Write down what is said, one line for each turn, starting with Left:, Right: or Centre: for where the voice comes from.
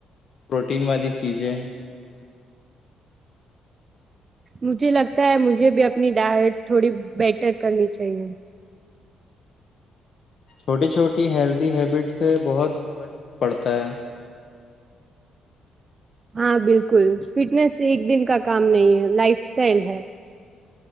Left: پروٹین والی چیزیں
Right: مجھے لگتا ہے مجھے بھی اپنی ڈائٹ تھوڑی بیٹر کرنی چاہیے
Left: چھوٹی چھوٹی ہیلت ہیبٹ سے بہت فرق پڑتا ہے
Right: ہاں بالکل فٹنس ایک دن کا کام نہیں ہے لائف اسٹائل ہے